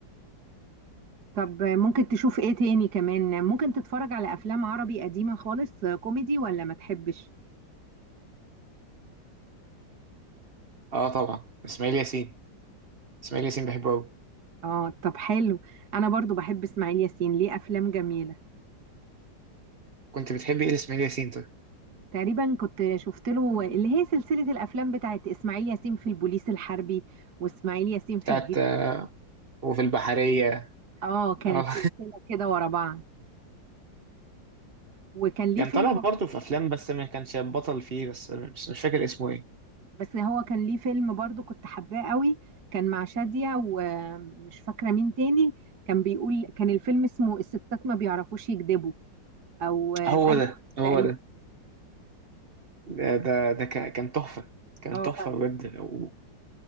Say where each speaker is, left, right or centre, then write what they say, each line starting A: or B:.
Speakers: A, on the right; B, on the right.
A: طب ممكن تشوف ايه تاني كمان ممكن تتفرج على افلام عربي قديمة خالص كوميدي ولا ما تحبش
B: اه طبعا اسماعيل ياسين اسماعيل ياسين بحبه قوي
A: اه طب حلو انا برضو بحب اسماعيل ياسين ليه افلام جميلة
B: كنت بتحب ايه لاسماعيل ياسين طيب
A: تقريبا كنت شفت له اللي هي سلسلة الافلام بتاعت اسماعيل ياسين في البوليس الحربي واسماعيل ياسين في
B: بتاعت
A: الجيش
B: آه، وفي البحرية
A: اه كانت
B: اه
A: سلسلة كده ورا بعض وكان
B: <laughs>
A: ليه
B: كان
A: فيلم
B: طالع برضه في افلام بس ما كانش بطل فيه بس مش مش فاكر اسمه ايه
A: بس هو كان ليه فيلم برضو كنت حباه قوي كان مع شادية ومش فاكرة مين تاني كان بيقول كان الفيلم اسمه الستات ما بيعرفوش يكذبوا او ايوه
B: هو ده هو
A: تقريبا
B: ده ده ده, ده كان كان تحفة كان
A: اه
B: تحفة
A: كان
B: بجد و-